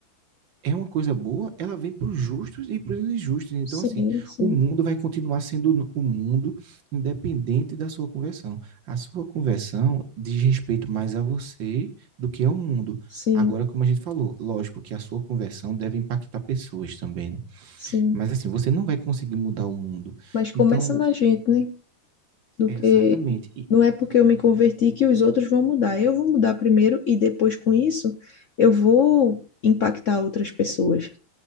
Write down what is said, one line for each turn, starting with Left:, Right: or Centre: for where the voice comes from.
Right: é uma coisa boa, ela vem para os justos e para os injustos. Então,
Left: sim,
Right: assim,
Left: sim,
Right: o mundo vai continuar sendo n- o mundo, independente da sua conversão. A sua conversão diz respeito mais a você do que ao mundo.
Left: sim.
Right: Agora, como a gente falou, lógico que a sua conversão deve impactar pessoas também, né?
Left: Sim,
Right: Mas assim, você não vai conseguir mudar o mundo.
Left: mas começa
Right: Então,
Left: na gente, né? Do
Right: Exatamente.
Left: que
Right: E,
Left: não é porque eu me converti que os outros vão mudar. Eu vou mudar primeiro e depois com isso eu vou impactar outras pessoas.